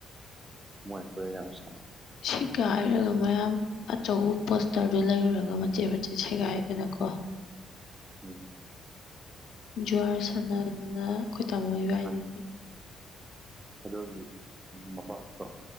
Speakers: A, on the right; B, on the left.
A: ꯃꯣꯏꯒ ꯌꯥꯝ ꯁꯥꯟꯅꯩ
B: ꯁꯤꯛꯀꯥꯏꯔꯒ ꯃꯌꯥꯝ ꯑꯆꯧꯕ ꯄꯣꯁꯇꯔꯗꯨ ꯂꯩꯔꯨꯔꯒ ꯃꯆꯦꯠ ꯃꯆꯦꯠ ꯁꯦꯒꯥꯏꯗꯅꯀꯣ
A: ꯎꯝ
B: ꯖ꯭ꯋꯥꯔ ꯁꯥꯟꯅꯗꯅ ꯑꯩꯈꯣꯏ ꯇꯃꯣ ꯏꯕꯥꯟꯅꯤꯗꯤ
A: ꯎꯝ ꯑꯗꯨꯒꯤ ꯃꯄꯥꯛꯇꯣ